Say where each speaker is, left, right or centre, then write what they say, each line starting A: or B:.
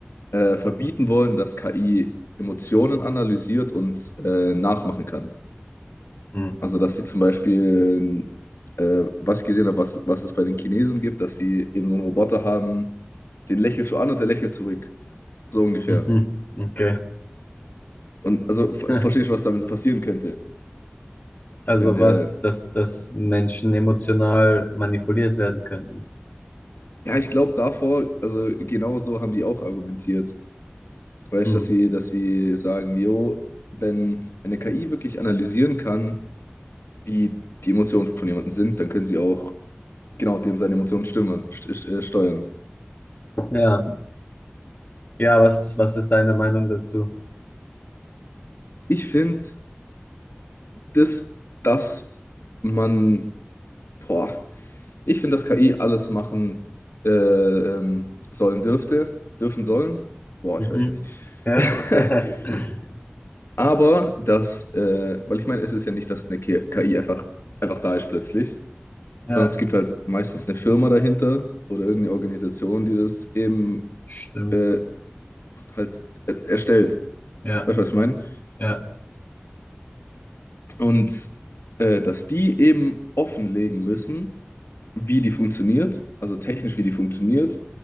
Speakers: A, on the left (about 75°); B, on the left (about 45°).
A: äh, verbieten wollen, dass KI Emotionen analysiert und äh, nachmachen kann.
B: Hm.
A: Also, dass sie zum Beispiel, äh, was ich gesehen habe, was, was es bei den Chinesen gibt, dass sie eben so einen Roboter haben, den lächelst du an und der lächelt zurück. So ungefähr.
B: Mhm. Okay.
A: Und also ver-
B: <laughs>
A: verstehst du, was damit passieren könnte? Also
B: Also
A: wenn der.
B: was, dass, dass Menschen emotional manipuliert werden könnten.
A: Ja, ich glaube davor, also genau so haben die auch argumentiert. Weißt
B: Hm.
A: du, dass sie, dass sie sagen, jo, wenn, wenn eine KI wirklich analysieren kann, wie die Emotionen von jemandem sind, dann können sie auch genau, dem seine Emotionen stimmen, st äh, steuern.
B: Ja, ja, was, was ist deine Meinung dazu?
A: Ich finde, das, dass man, boah, ich finde, dass KI alles machen äh, ähm, sollen dürfte, dürfen sollen. Boah,
B: Mhm.
A: ich weiß nicht.
B: Ja,
A: <laughs>
B: <laughs>
A: Aber dass äh, weil ich meine, es ist ja nicht, dass eine K- KI einfach, einfach da ist plötzlich,
B: Ja,
A: sondern es gibt halt meistens eine Firma dahinter oder irgendeine Organisation, die das eben
B: stimmt.
A: äh, halt äh, erstellt.
B: Ja,
A: Weißt du, was ich meine?
B: ja,
A: Und äh, dass die eben offenlegen müssen, wie die funktioniert, also technisch, wie die funktioniert,